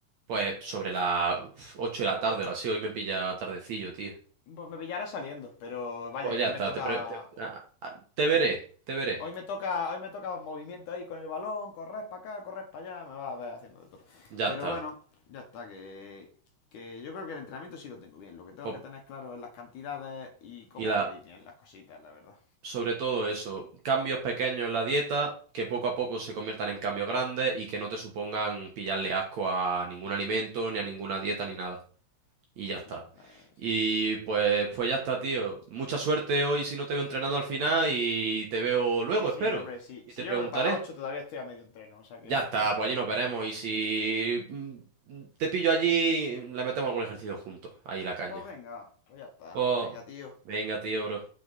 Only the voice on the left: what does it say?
Pues me pillará saliendo, pero vaya,
que
hoy
me toca.
Hoy me toca, hoy me toca movimiento ahí con el balón, corres para acá, corres para allá, me va a ver haciendo de todo.
Pero
bueno, ya está, que, que yo creo que el entrenamiento sí lo tengo bien. Lo que tengo
que tener claro es las cantidades y cómo
medir bien las cositas, la verdad.
Pues
sí, la verdad que
sí.
Que
sí, hombre, sí.
Si
yo
creo que para las 8 todavía estoy a medio entreno, o sea que
<laughs>
no
paramos.
Pues venga, pues ya está.
Venga, tío.